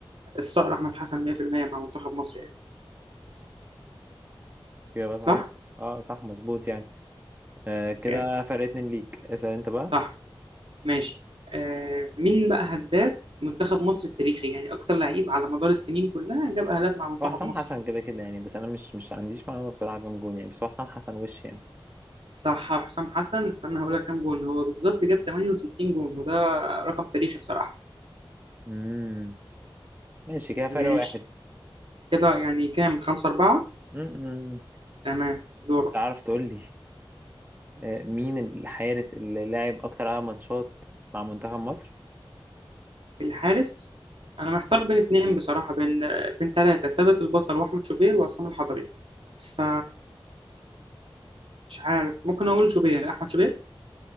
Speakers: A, on the right (about 80°); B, on the right (about 20°).
A: الصقر احمد حسن 100% مع منتخب مصر يعني
B: اجابة
A: صح؟
B: صحيح اه صح مظبوط يعني أه كده
A: جامد
B: فرق اتنين ليك اسأل انت بقى
A: صح ماشي آه، مين بقى هداف منتخب مصر التاريخي يعني اكتر لعيب على مدار السنين كلها جاب اهداف مع منتخب
B: هو حسام
A: مصر
B: حسن كده كده يعني بس انا مش مش عنديش معلومة بصراحة كام جون يعني بس هو حسام حسن وش يعني
A: صح حسام حسن استنى هقول لك كام جون هو بالظبط جاب 68 جون وده رقم تاريخي بصراحه
B: امم ماشي كده فرق
A: ماشي
B: واحد
A: كده يعني كام خمسة أربعة
B: امم
A: تمام دورك
B: تعرف تقول لي أه مين الحارس اللي لعب اكتر عدد ماتشات مع منتخب مصر
A: الحارس أنا محتار بين اتنين بصراحة بين بين تلاتة ثابت البطل وأحمد شوبير وعصام الحضري ف مش عارف ممكن أقول شوبير أحمد شوبير